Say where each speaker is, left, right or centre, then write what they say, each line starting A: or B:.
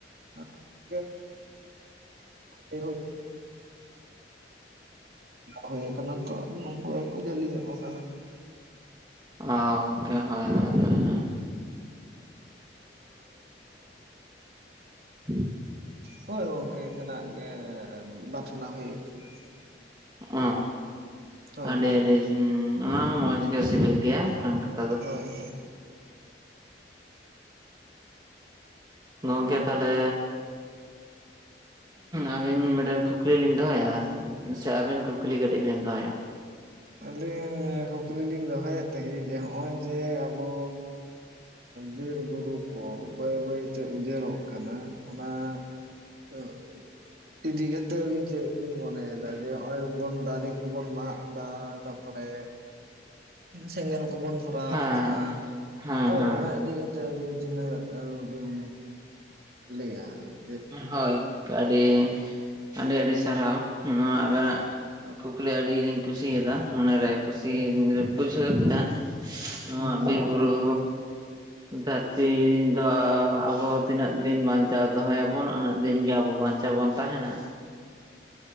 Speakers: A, on the right; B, on the right.
A: <unintelligible> <inaudible> <inaudible> ᱦᱩᱭᱩ ᱟᱠᱟᱱᱟ ᱛᱚ <unintelligible> ᱡᱷᱟᱹᱞᱤ ᱧᱚᱜ ᱟᱠᱟᱱᱟ᱾
B: ᱚ ᱜᱚᱝᱠᱮ ᱦᱳᱭ ᱳᱭ ᱳᱭ᱾ <inaudible>
A: ᱦᱳᱭ ᱜᱚᱝᱠᱮ ᱮᱠᱮᱱᱟ ᱜᱮ ᱵᱟᱴᱱᱟ ᱦᱩᱭᱩ ᱟᱠᱟᱱᱟ᱾
B: ᱚ
A: ᱦᱳᱭ
B: <unintelligible> ᱟᱹᱰᱤ-
A: ᱦᱳᱭ
B: ᱟᱹᱰᱤ <unintelligible> ᱚᱱᱟ ᱦᱚᱸ ᱢᱚᱸᱡᱽ ᱜᱮ ᱥᱤᱵᱤᱞ ᱜᱮᱭᱟ ᱵᱟᱝ᱾ <inaudible>
A: ᱦᱳᱭ ᱦᱳᱭ
B: ᱜᱚᱝᱠᱮ
A: ᱦᱩᱸ
B: ᱛᱟᱦᱚᱞᱮᱻ ᱟᱹᱵᱤᱱ ᱢᱤᱫᱴᱮᱱ ᱠᱩᱠᱞᱤ ᱞᱤᱧ ᱫᱚᱦᱚᱭᱟ ᱥᱮ ᱟᱹᱵᱤᱱ ᱠᱩᱠᱞᱤ ᱠᱟᱹᱴᱤᱡ ᱵᱤᱱ ᱫᱚᱦᱚᱭᱟ?
A: ᱟᱹᱞᱤᱧ ᱠᱩᱠᱞᱤ ᱞᱤᱧ ᱫᱚᱦᱚᱭᱮᱫ ᱛᱟᱦᱮᱸᱜ ᱡᱮ ᱱᱚᱜᱼᱚᱭ ᱡᱮ ᱟᱵᱚ ᱵᱤᱨᱵᱩᱨᱩ ᱠᱚ ᱵᱟᱹᱭ ᱵᱟᱹᱭᱛᱮ ᱩᱡᱟᱹᱲᱚᱜ ᱠᱟᱱᱟ, ᱚᱱᱟ <unintelligible> ᱤᱫᱤ ᱠᱟᱛᱮᱫ ᱟᱵᱤᱱ ᱪᱮᱫ ᱵᱤᱱ ᱢᱚᱱᱮᱭᱮᱫᱟ ᱡᱮ ᱱᱚᱜ ᱚᱭ ᱵᱚᱱ ᱫᱟᱨᱮ ᱠᱚᱵᱚᱱ ᱢᱟᱜ ᱫᱟ ᱛᱟᱯᱚᱨᱮ, ᱥᱮᱸᱜᱮᱞ ᱠᱚᱵᱚᱱ ᱫᱷᱚᱨ ᱫᱷᱨᱟᱣᱟᱜ
B: ᱦᱮᱸ
A: ᱠᱟᱱᱟ
B: ᱦᱮᱸ
A: ᱛᱚ
B: ᱦᱮᱸ
A: ᱚᱱᱟ ᱤᱫᱤ ᱠᱟᱛᱮ ᱛᱮ ᱟᱹᱵᱤᱱ ᱛᱤᱱᱟᱹᱜ ᱵᱤᱱ ᱞᱟᱹᱭᱟ ᱾
B: ᱦᱳᱭ <inaudible> ᱟᱹᱰᱤ -ᱟᱹᱰᱤ ᱥᱟᱨᱦᱟᱣ ᱱᱚᱣᱟ ᱟᱵᱮ ᱱᱟᱜ ᱠᱩᱠᱞᱤ ᱟᱹᱰᱤ ᱞᱤᱧ ᱠᱩᱥᱤᱭᱟᱫᱟ ᱢᱚᱱᱮᱨᱮ ᱠᱷᱩᱥᱤ
A: ᱦᱩᱸ
B: ᱵᱩᱡᱷᱟᱹᱣ ᱠᱮᱫᱟ ᱱᱚᱣᱟ
A: ᱦᱩᱸ
B: ᱵᱤᱨ ᱵᱩᱨᱩ ᱫᱷᱟᱹᱨᱛᱤ ᱫᱚ ᱟᱵᱚ ᱛᱤᱱᱟᱹᱜ ᱫᱤᱱ ᱵᱟᱧᱪᱟᱣ ᱫᱚᱦᱚᱭᱟ ᱵᱚᱱ ᱩᱱᱟᱹᱜ ᱫᱤᱱᱜ ᱜᱮ ᱟᱵᱚ ᱵᱟᱧᱪᱟᱣ ᱵᱚᱱ ᱛᱟᱦᱮᱱᱟ᱾